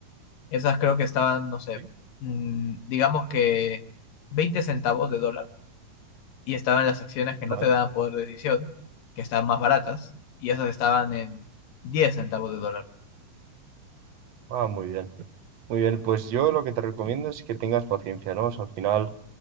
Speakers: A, on the left; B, on the right.
A: Esas creo que estaban, no sé,
B: Sí.
A: mm, digamos que veinte centavos de dólar y estaban las acciones que
B: Vale.
A: no te daban poder de decisión, que estaban más baratas y esas estaban en diez centavos de dólar.
B: Ah, muy bien. Muy bien, pues yo lo que te recomiendo es que tengas paciencia, ¿no? O sea, al final